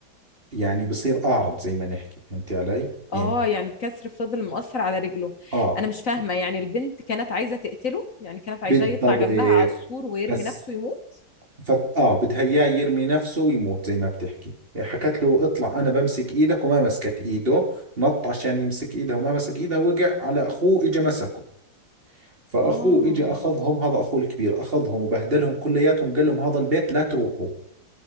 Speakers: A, on the right; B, on the left.
A: يعني بصير اعرج زي ما نحكي فهمتي علي يعني
B: اه يعني الكسر فضل مؤثر على رجله
A: اه أيوة.
B: انا مش فاهمه يعني البنت كانت عايزه تقتله يعني كانت
A: بالضبط
B: عايزاه يطلع جنبها على السور ويرمي
A: بس
B: نفسه يموت
A: ف... اه بدها اياه يرمي نفسه ويموت زي ما بتحكي حكت له اطلع انا بمسك ايدك وما مسكت ايده نط عشان يمسك ايدها وما مسك ايدها وقع على اخوه اجى مسكه فاخوه
B: اه
A: اجى اخذهم هذا اخوه الكبير اخذهم وبهدلهم كلياتهم وقال لهم هذا البيت لا تروحوا